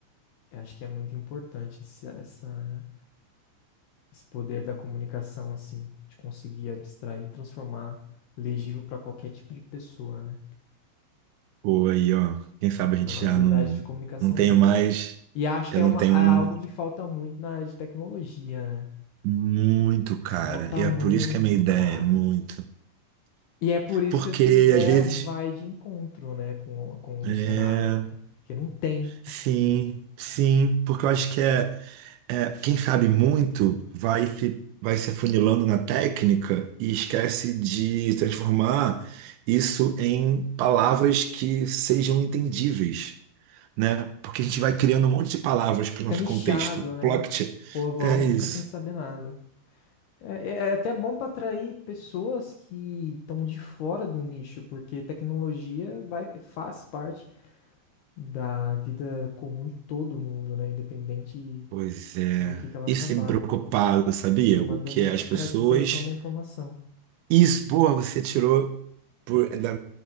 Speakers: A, on the left; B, on the right.
A: eu Acho que é muito importante essa, essa esse poder da comunicação, assim, de conseguir abstrair e transformar legível para qualquer tipo de pessoa, né?
B: Pô, aí, ó, quem sabe
A: Você
B: a
A: tem
B: gente
A: uma habilidade
B: já não,
A: de comunicação
B: não tenho
A: boa.
B: mais,
A: E acho
B: já
A: que é
B: não
A: uma,
B: tenho
A: é
B: um.
A: algo que falta muito na área de tecnologia, né?
B: Muito, cara.
A: Falta
B: E
A: muito,
B: é por isso que é a minha ideia,
A: cara.
B: é muito.
A: E é por isso
B: Porque,
A: que a sua ideia
B: às vezes,
A: vai de encontro, né, com, com
B: é...
A: o cenário, né? Porque não tem.
B: sim, sim, porque eu acho que é. é, quem sabe muito vai se, vai se afunilando na técnica e esquece de transformar isso em palavras que sejam entendíveis, né? Porque a gente vai criando um monte de palavras para
A: Fica
B: o nosso
A: nichado,
B: contexto.
A: né?
B: Plot
A: O povão
B: é isso.
A: fica sem saber nada. É, é- é até bom para atrair pessoas que estão de fora do nicho, porque tecnologia vai, faz parte da vida comum de todo mundo, né? Independente
B: Pois é.
A: do que que ela
B: Isso
A: trabalha.
B: tem me preocupado, sabia,
A: É uma
B: Hugo?
A: democratização
B: Que é as pessoas.
A: da informação.
B: Isso, boa, você tirou por, é, da,